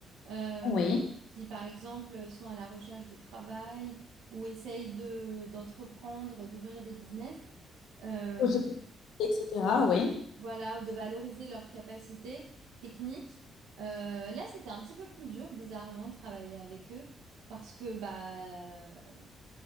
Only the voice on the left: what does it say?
Oui,
Projet préparé, etc. Oui.